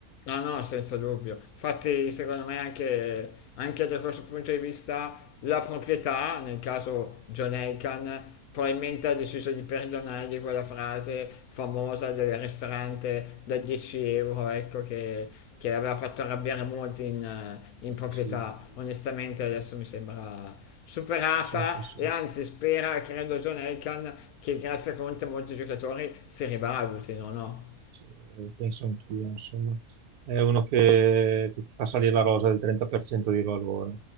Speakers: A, on the left; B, on the right.
A: No, no, senza dubbio. Infatti, secondo me, anche, anche da questo punto di vista, la proprietà, nel caso John Elkann, probabilmente ha deciso di perdonargli quella frase famosa del ristorante da 10 euro, ecco, che, che aveva fatto arrabbiare molti in, eh, in proprietà.
B: Sì,
A: Onestamente, adesso mi sembra superata
B: sono- penso,
A: e anzi spera, credo, John Elkann, che grazie a Conte molti giocatori si rivalutino, no? no?
B: sì, penso anch'io, insomma. È uno che, che ti fa salire la rosa del 30% di valore.